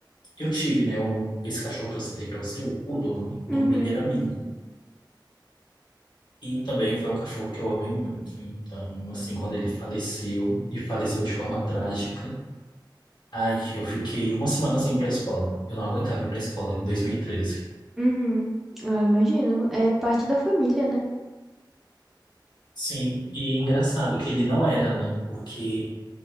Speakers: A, on the left (about 60°); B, in the centre.
A: eu tive, né, um, esse cachorro que eu citei pra você, o Poodle, né? O
B: uhum,
A: nome dele era Bingo. E também foi um cachorro que eu amei muito. Então, assim, quando ele faleceu, e faleceu de forma trágica, ai, eu fiquei uma semana sem ir pra escola. Eu não aguentava ir pra escola em 2013.
B: uhum. Ah, imagino. É parte da família, né?
A: Sim, e é engraçado que ele não era, né? Porque